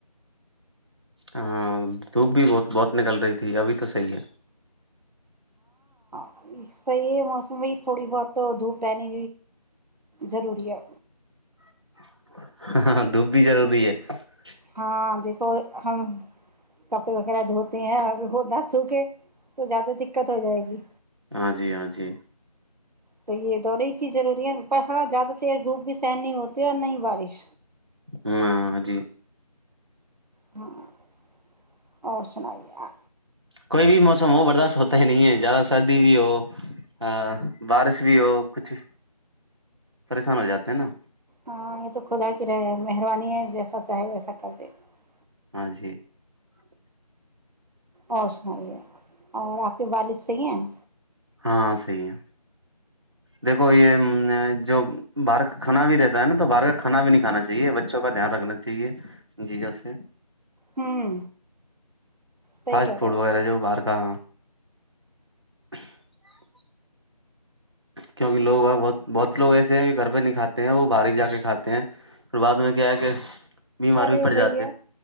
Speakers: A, on the right; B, on the right.
A: ہاں تو بھی بت بہت نکل رہی تھی ابھی تو صحیح ہے
B: <unintelligible> صحیح ہے موسم ب تھوڑی بہت دھوپ رہنے ضروری ہے
A: <unintelligible>
B: ہاں دیکھو ہم کپڑے وغیرہ دھوتے ہیں ہو نہ سو کے تو زیادہ دقت ہو جائے گی
A: ہاں جی ہاں جی
B: تو یہ تو نہیںی ضروری ہے پر ہاں زیادہ تیرز زھو بھی سہن نہیں ہوتا کیا نہیں بارش
A: ہاں جی
B: <unintelligible> اور سنائییا
A: کوئی بھی موسم ہو برداشت ہوتا ہی نہیں ہے زیادہ سردی بھی ہو ہ بارش بھی ہو کچھ بھی پریشان ہو جاتے ہیں نا
B: ہاں یہ تو خدا کی رہ مہربانی ہے جیسا چاہے ویسا کر دے <unintelligible>
A: ہاں جی <unintelligible>
B: اور سناائی ہے اور آپ <unintelligible> کے والد صحیح ہیں
A: ہاں صحیح ہے دیکھو یہ جو باہر کا کھانا بھی رہتا ہے نا تو باہر کا کھانا بھی نہیں کھانا چاہیے بچوں کا دھیان رکھنا چاہیے جیزوں سے <unintelligible>
B: ہوں صحیح
A: فاسٹ
B: کہہ
A: فوڈ
B: رہے ہو
A: وغیرہ جو وہ باہر کاا <unintelligible> <inaudible> کیونک لوگ بہت بہت لوگ ایسے ہیں کہ گھر پہ نہیں کھاتے ہیں وہ بھاری جا کے کھاتے ہیں پھر بعد میں کیا ہے کہ <unintelligible>
B: ارے
A: پڑ
B: بھیا
A: جاتے ہیں۔